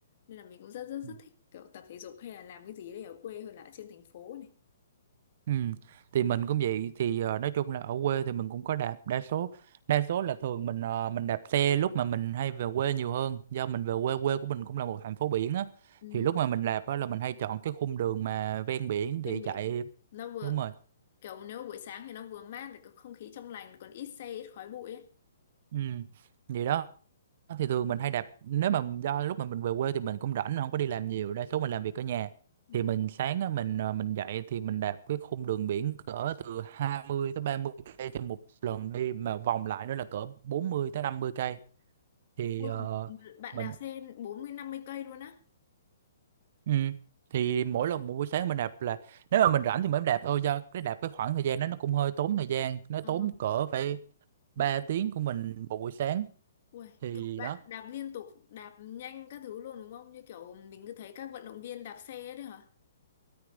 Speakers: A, on the left (about 55°); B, on the right (about 50°).
A: nên là mình cũng rất rất rất
B: Ừ.
A: thích kiểu tập thể dục hay là làm cái gì đấy ở quê hơn là ở trên thành phố này
B: Ừ. thì mình cũng vậy thì ờ, nói chung là ở quê thì mình cũng có đạp đa số đa số là thường mình ờ, mình đạp xe lúc mà mình hay về quê nhiều hơn do mình về quê quê của mình cũng là một thành phố biển á
A: ừ,
B: thì lúc mà mình đạp á là mình hay chọn cái khung đường mà ven biển
A: bên
B: thì chạy
A: biển nó vừa
B: đúng rồi
A: kiểu nếu buổi sáng thì nó vừa mát lại có không khí trong lành còn ít xe ít khói bụi ấy
B: ừ. vậy đó Ờ, thì thường mình hay đạp nếu mà do lúc mà mình về quê thì mình cũng rảnh mình không có đi làm nhiều đa số mình làm việc ở nhà
A: ừ.
B: thì mình sáng á, mình ờ, mình dậy thì mình đạp cái khung đường biển cỡ từ 20 tới 30 cây trên một lần đi mà vòng lại nữa là cỡ 40 tới 50 cây thì
A: Wow.
B: ờ,
A: bạn
B: mình
A: đạp xe bốn mươi năm mươi cây luôn á
B: ừ, thì mỗi lần một buổi sáng mình đạp là nếu mà mình rảnh thì mới đạp thôi do cái đạp cái khoảng thời gian đó nó cũng hơi tốn thời gian nó
A: ờ
B: tốn cỡ phải ba
A: mấy
B: tiếng của mình một buổi sáng
A: Ui,
B: thì
A: kiểu bạn
B: đó
A: đạp liên tục, đạp nhanh các thứ luôn đúng không? Như kiểu mình cứ thấy các vận động viên đạp xe ấy đấy hả?